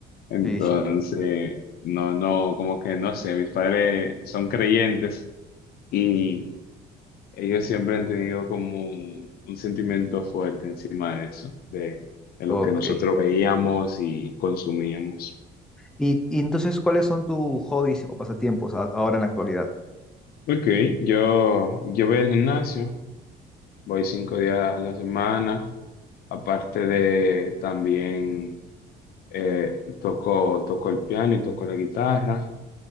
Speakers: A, on the left; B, in the centre.
A: Entonces,
B: Sí, sí,
A: no, no, como que no sé, mis padres son creyentes y Ellos siempre han tenido como un un sentimiento fuerte encima de eso, de, de lo
B: ok.
A: que nosotros veíamos y consumíamos.
B: Y, y entonces, ¿cuáles son tus hobbies o pasatiempos a- ahora en la actualidad?
A: Ok, yo, yo voy al gimnasio, voy cinco días a la semana, aparte de también eh, toco, toco el piano y toco la guitarra,